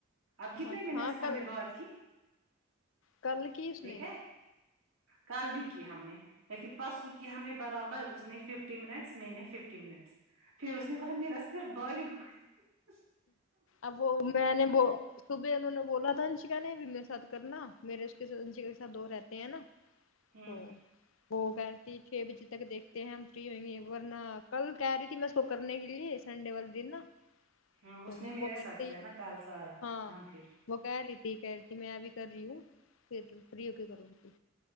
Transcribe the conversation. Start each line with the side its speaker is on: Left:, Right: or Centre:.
Right: اب کتنے
Left: ہاں
Right: منٹس
Left: ہاں
Right: ہم
Left: کل
Right: نے بات کی
Left: کل کی اس
Right: دیکھیں
Left: نے
Right: کل بھی کیا ہم نے لیکن پرسوں کی ہم نے برابر اس نے ففٹی منٹس میں نے ففٹی منٹس پھر اس نے بولا میرا سر بھاری ہویا
Left: اب وہ میں نے بو صبح انہوں نے بولا تھا انشکا نے بھی میرے ستھ کرنا میرے اس کے سھ انشکا کے سات دو رہتے ہیں نا
Right: ہوں
Left: تو وہ کہہ رہی تھی چھ بجے تک دیکھتے ہیں ہم فری ہوئیں گے ورنہ کل کہہ رہی تھی میں اس کو کرنے کے لیے سنڈے والے دن نا
Right: ہاں
Left: تو
Right: اس نے میرے
Left: وہ کہتی
Right: ساتھ کیا نا کل سارا
Left: ہاں
Right: کمپلیٹ
Left: وہ کہہ رہی تھی کہہ رہی تھی میں ابھی کر رہی ہوں پھر فری ہو کے کرونگی